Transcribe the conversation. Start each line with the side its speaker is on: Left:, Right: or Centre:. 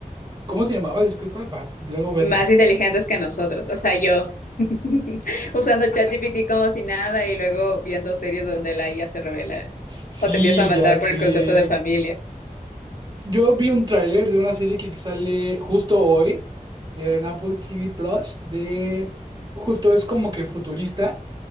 Right: ¿Cómo se llamaba? Disculpa, para luego verla.
Left: Más inteligentes que nosotros. O sea, yo <laughs> usando ChatGPT como si nada y luego viendo series donde la IA se revela
Right: Sí,
Left: o te empieza a matar
Right: ya sé.
Left: por el concepto de familia.
Right: Yo vi un tráiler de una serie que sale justo hoy en Apple TV Plus de... Justo es como que futurista.